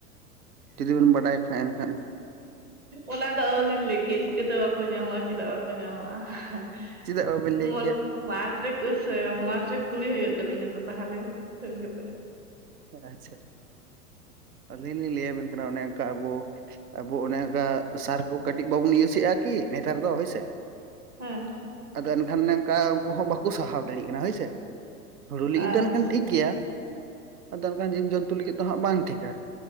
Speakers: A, on the right (about 70°); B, on the right (about 20°).
A: ᱛᱤᱨᱤ ᱵᱤᱱ ᱵᱟᱰᱟᱭ ᱠᱷᱟᱡ ᱮᱱᱠᱷᱟᱱ᱾
B: ᱚᱱᱟ ᱫᱚ ᱚᱦᱚᱸ ᱞᱤᱧ ᱞᱟᱹᱭ ᱠᱮᱭᱟ ᱪᱤᱠᱟᱹᱛᱮ ᱵᱟᱠᱚ ᱧᱟᱢᱚᱜᱼᱟ ᱪᱮᱫᱟᱜ ᱵᱟᱠᱚ ᱧᱟᱢᱚᱜᱼᱟ᱾ <unintelligible>
A: ᱪᱮᱫᱟᱜ ᱵᱟᱵᱮᱱ ᱞᱟᱹᱭ ᱠᱮᱭᱟ
B: <unintelligible> ᱢᱟᱴᱷ ᱨᱮ ᱠᱩᱞᱤ ᱦᱩᱭᱩᱜ ᱛᱟᱹᱞᱤᱧᱟ ᱟᱫᱚ ᱛᱟᱦᱚᱞᱮ ᱥᱮᱱ ᱠᱟᱛᱮ᱾
A: ᱟ ᱟᱪᱷᱟ ᱟᱹᱞᱤᱧ ᱞᱤᱧ ᱞᱟᱹᱭ ᱵᱮᱱ ᱠᱟᱱᱟ ᱚᱱᱮ ᱚᱱᱠᱟ ᱟᱵᱚ ᱟᱵᱚ ᱚᱱᱮ ᱚᱱᱠᱟ ᱥᱟᱨ ᱠᱚ ᱠᱟᱹᱴᱤᱡ ᱵᱟᱵᱩᱱ ᱤᱭᱩᱥᱮᱜᱼᱟ ᱠᱤ ᱱᱮᱛᱟᱨ ᱫᱚ ᱦᱳᱭ ᱥᱮ
B: ᱦᱮᱸ᱾
A: ᱟᱫᱚ ᱮᱱᱠᱷᱟᱱ ᱱᱮᱝᱠᱟ ᱩᱱᱠᱩ ᱦᱚᱸ ᱵᱟᱠᱩ ᱥᱟᱦᱟᱣ ᱫᱟᱲᱮᱜ ᱠᱟᱱᱟ ᱦᱳᱭᱥᱮ ᱦᱩᱲᱩ ᱞᱮ ᱤᱨᱫᱟ
B: ᱟᱪᱪᱷᱟ
A: ᱮᱱᱠᱷᱟᱱ ᱴᱷᱤᱠ ᱜᱮᱭᱟ᱾ ᱟᱫᱚ ᱮᱠᱷᱟᱱ ᱡᱤᱵᱽ ᱡᱚᱱᱛᱩ ᱞᱟᱹᱜᱤᱫ ᱫᱚ ᱦᱟᱸᱜ ᱵᱟᱝ ᱴᱷᱤᱠᱟ᱾